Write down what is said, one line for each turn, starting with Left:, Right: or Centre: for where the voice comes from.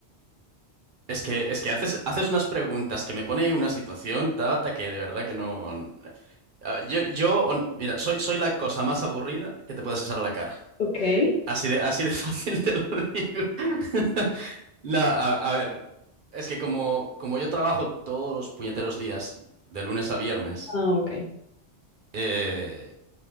Right: Es que, es que haces, haces unas preguntas que me ponen en una situación, Tabata, que de verdad que no. Ah, Yo, yo, on- mira, soy, soy la cosa más aburrida que te puedes echar a la cara.
Left: Ok.
Right: Así de, así de <laughs> fácil te lo digo. <laughs> No, a, a ver, es que como, como yo trabajo todos los puñeteros días, de lunes a viernes,
Left: Ah, ok.
Right: eh,